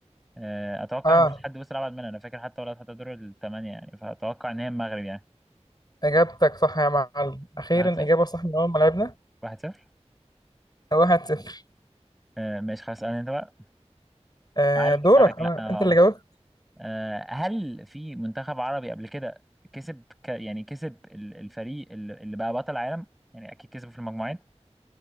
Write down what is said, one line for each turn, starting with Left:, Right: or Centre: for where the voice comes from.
Centre: آه اتوقع
Left: آه
Centre: ان مفيش حد وصل ابعد منها انا فاكر حتى ولا حتى دور الثمانيه يعني فاتوقع ان هي المغرب يعني
Left: إجابتك صح يا معلم أخيرا
Centre: 1-0
Left: إجابة صح من أول ما لعبنا
Centre: 1-0
Left: واحد صفر
Centre: آه ماشي خلاص اسالني انت بقى
Left: آه
Centre: انا
Left: دورك
Centre: بسالك
Left: أنا
Centre: لا اه
Left: أنت اللي جاوبت
Centre: آه، هل في منتخب عربي قبل كده كسب ك... يعني كسب ال- الفريق اللي اللي بقى بطل العالم يعني اكيد كسبوا في المجموعات